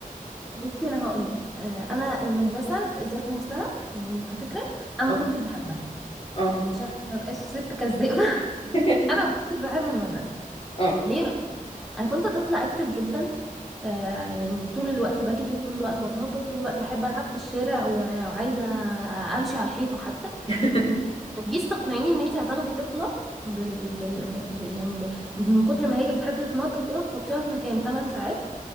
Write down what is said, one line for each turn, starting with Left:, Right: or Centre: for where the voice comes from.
Centre: بصي انا هقول لك آه، انا المدرسه ذات نفسها يعني كفكره انا
Left: اه
Centre: ما كنتش بحبها
Left: اه
Centre: يعني عشان ما بقاش ست كذابه <laughs>
Left: <laughs>
Centre: انا ما كنتش بحب المدرسه
Left: اه
Centre: ليه بقى انا كنت طفله اكتف جدا آه، يعني طول الوقت بجري وطول الوقت بتنطط طول الوقت بحب العب في الشارع و- وعايزه امشي على الحيطه حتى
Left: <laughs>
Centre: ما تجيش تقنعيني ان انت هتاخدي طفله بال... بال... ب... يعني ب... من كتر ما هي بتحب تتنطط كده تحطيها في مكان 8 ساعات